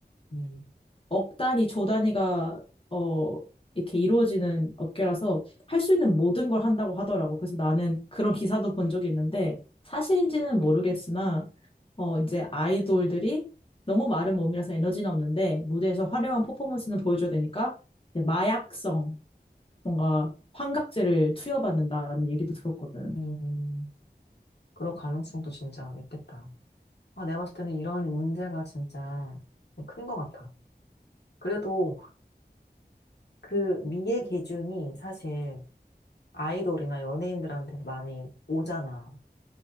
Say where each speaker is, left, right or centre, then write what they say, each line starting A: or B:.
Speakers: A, on the left; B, on the left.
A: 음.
B: 억 단위, 조 단위가 어 이렇게 이루어지는 업계라서 할 수 있는 모든 걸 한다고 하더라고. 그래서 나는 그런 기사도 본 적이 있는데 사실인지는 모르겠으나 어 이제 아이돌들이 너무 마른 몸이라서 에너지는 없는데 무대에서 화려한 퍼포먼스는 보여줘야 되니까 이제 마약성 뭔가 환각제를 투여받는다라는 얘기도 들었거든.
A: 음, 그럴 가능성도 진짜 있겠다. 아, 내가 봤을 때는 이런 문제가 진짜 큰 것 같아. 그래도 그 미의 기준이 사실 아이돌이나 연예인들한테 많이 오잖아.